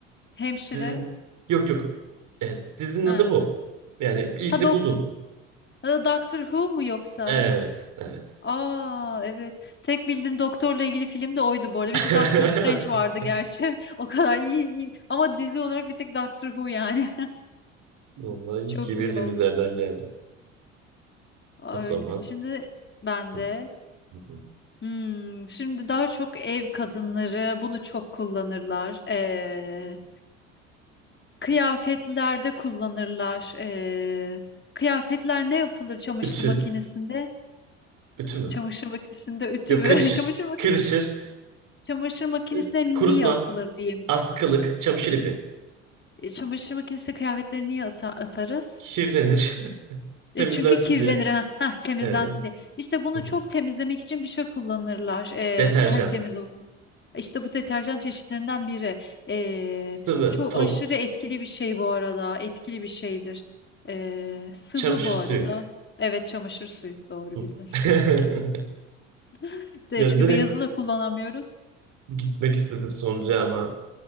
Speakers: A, on the left (about 30°); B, on the right (about 55°).
A: hemşire.
B: dizin yok yok. Evet, dizinin
A: Ha,
B: adı bu. Yani ilkini
A: ha dok
B: buldun.
A: ha, Doctor Who mu yoksa?
B: Evet, evet.
A: Aa evet. Tek bildiğim doktorla ilgili film de oydu bu arada. Bir
B: <laughs>
A: de Doctor Strange vardı gerçi. <laughs> O kadar iyi, iyi. Ama dizi olarak bir tek Doctor Who yani.
B: Vallahi
A: <laughs>
B: iyi
A: Çok
B: ki bildiğimiz
A: iyi oldu.
B: yerden geldi.
A: Öyle.
B: O zaman
A: Şimdi ben
B: hı,
A: de.
B: hı, hı.
A: Hmm, şimdi daha çok ev kadınları bunu çok kullanırlar. Ee, kıyafetlerde kullanırlar. Ee, kıyafetler ne yapılır çamaşır
B: ütü.
A: makinesinde?
B: Ütü mü?
A: Çamaşır makinesinde ütü
B: Yok
A: mü?
B: kırışır.
A: <laughs> Çamaşır makinesi,
B: Kırışır.
A: çamaşır makinesine
B: Ee,
A: niye
B: Kurutma.
A: atılır diyeyim.
B: Askılık.
A: E,
B: Çamaşır ipi.
A: e, çamaşır makinesine kıyafetleri niye ata- atarız?
B: Kirlenir. <laughs> Temizlensin
A: E, çünkü kirlenir.
B: diye.
A: Heh, heh, temizlensin
B: Evet.
A: diye. İşte bunu
B: Hı hı.
A: çok temizlemek için bir şey kullanırlar.
B: Deterjan.
A: E, tertemiz olsun. İşte bu deterjan çeşitlerinden biri. Ee,
B: Sıvı.
A: çok
B: Toz.
A: aşırı etkili bir şey bu arada. Etkili bir şeydir. Ee, sıvı
B: Çamaşır
A: bu arada.
B: suyu.
A: Evet çamaşır suyu. Doğru
B: Hı.
A: bildin.
B: <laughs>
A: <laughs> De,
B: Ya
A: Çünkü
B: direkt
A: beyazı da kullanamıyoruz.
B: gitmek istedim sonuca ama